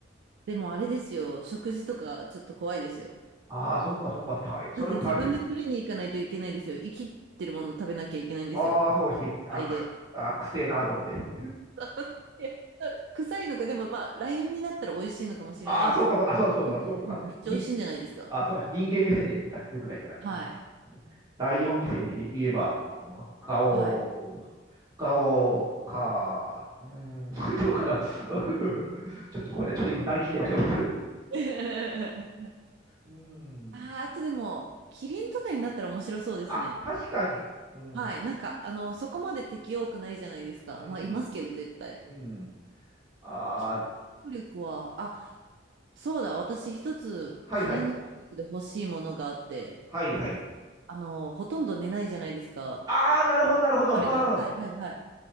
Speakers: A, on the right; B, on the right.
A: でも、あれですよ、食事とか、ちょっと怖いですよ。
B: ああそうか、そうか、大変。それも大変で。
A: だって自分で取りに行かないといけないですよ。生きてるもの食べなきゃいけないんですよ。
B: ああ、そうし、あくす、
A: 肺で。
B: あくせえなーと思って。<laughs>
A: <laughs> 臭いのか、でもまあ、ライオンになったら美味しいのかもしれないです。
B: ああ、そうか、あ、そうだ、そうだ、
A: うんうんめっちゃ美味しいんじゃないですか。
B: そうか、そうか。に、あ、そうか、人間目線でいた。よくない、よくない。
A: はい。
B: うんライオン目線で言えば、ガオー。
A: はい。
B: 顔か。うーん、<laughs> どうかな。<laughs> うんちょっとごめんなさい。ちょっと今、なりきってました。<laughs>
A: <laughs>
B: うん。
A: あー、あとでも、キリンとかになったら面白そうですね。
B: あ、確かに。うん。
A: はい。なんか、あの、そこまで敵多くないじゃないですか。
B: うん。
A: まあ、いますけど、絶対。
B: うん。ああ、
A: キリンの能力は、
B: で
A: あ、そうだ、私一つ、
B: はいはい。
A: キリンの能力で欲しいものがあって、
B: はいはい。
A: あの、ほとんど寝ないじゃないですか。
B: ああ、なるほど、なるほど。
A: 彼ら。
B: うん。
A: はいはいはい。
B: うん。